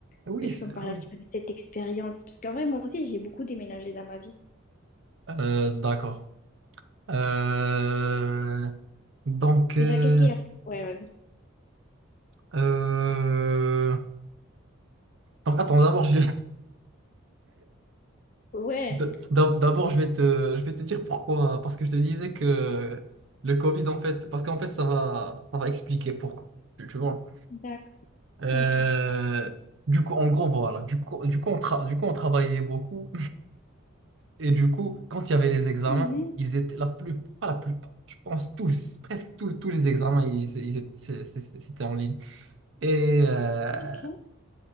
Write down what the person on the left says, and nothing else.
Est-ce que tu
peux me parler
un petit peu de cette expérience? Parce qu'en vrai, moi aussi, j'ai beaucoup déménagé dans ma vie.
Déjà, qu'est-ce qui a fait? Ouais, vas-y.
Ouais,
d'accord.
Ok. Ok,
Mhm.
Ok.